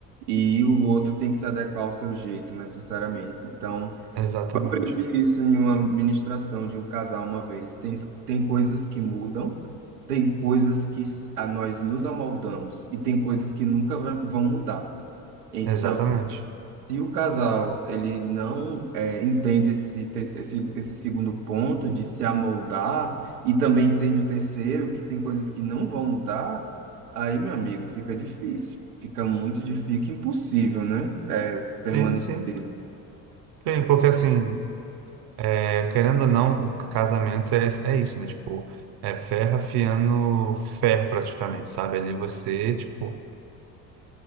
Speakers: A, on the right; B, on the right.
A: e o outro tem que se adequar ao seu jeito, necessariamente. Então,
B: Exatamente.
A: Aprendi isso em uma ministração de um casal uma vez. Tem, tem coisas que mudam, tem coisas que s- a nós nos amoldamos e tem coisas que nunca va- vão mudar. Então,
B: Exatamente.
A: se o casal ele não eh, entende esse, te- esse, esse segundo ponto de se amoldar e também entende o terceiro, que tem coisas que não vão mudar, aí, meu amigo, fica difícil. Fica muito difícil, fica impossível, né? Eh,
B: Sim,
A: permanecer
B: sim. Sim, Porque assim, é, querendo ou não, o casamento é, é isso, né? Tipo, é ferro afiando ferro praticamente, sabe? Ali você, tipo,